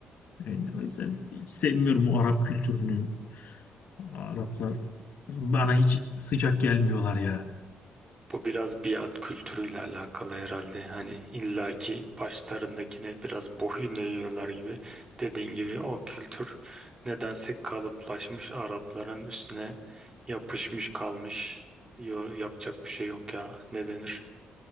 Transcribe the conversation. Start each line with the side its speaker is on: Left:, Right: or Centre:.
Left: Yani o yüzden hiç sevmiyorum o Arap kültürünü. Araplar bana hiç sıcak gelmiyorlar ya.
Right: Bu biraz biat kültürüyle alakalı herhalde. Hani illaki başlarındakine biraz boyun eğiyorlar gibi. Dediğin gibi o kültür nedense kalıplaşmış Arapların üstüne yapışmış kalmış. Yo- yapacak bir şey yok ya. Ne denir?